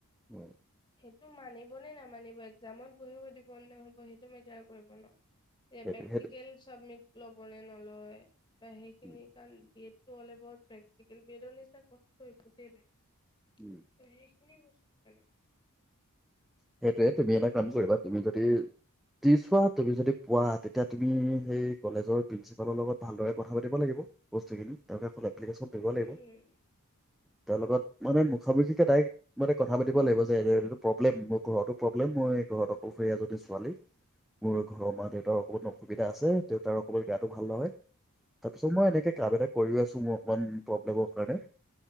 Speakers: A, in the centre; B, on the left (about 20°).
A: অ,
B: সেইটো মানে মনে নামানিব এক্জামত বহিব দিব নাই সেইটো মেটাৰ কৰিব ন এ
A: সেইটো
B: প্ৰেক্টিকেল
A: সেইটো
B: চাবমিট ল'ব নে নলয় বা সেই খিনি
A: উম,
B: কাৰণ দিয় এল এবাউট প্ৰোক্টিকেল পেজাৰ নিচিনা কষ্ট একোতে নাই ত
A: উম।
B: সেইখিনি বস্তু মানে
A: সেইটোয়ে তুমি এটা কাম কৰিবা তুমি যদি দি চোৱা তুমি যদি পোৱা তেতিয়া তুমি সেই কলেজৰ প্ৰিন্সিপালৰ লগত ভালদৰে কথা পাতিব লাগিব বস্তু খিনি তেওঁকে কলে এপ্লিকেশ্যনটো দিব লাগিব
B: উম
A: তেওঁ লগত মানে মুখামুখিকে ডাইৰেক্ট মানে কথা পাতিব লাগিব যে সেইটো প্ৰব্লেম মোক ঘৰতো প্ৰব্লেম মই ঘৰত অকল সেই এজনী ছোৱালী মোৰ ঘৰৰ মা দেউতাৰ অকণমান অসুবিধা আছে দেউতাৰ অকণমান গাটো ভাল নহয় তাৰপিছত মই এনেকৈ কাম এটা কৰি আছোঁ মোৰ অকণমান প্ৰব্লেমৰ কাৰণে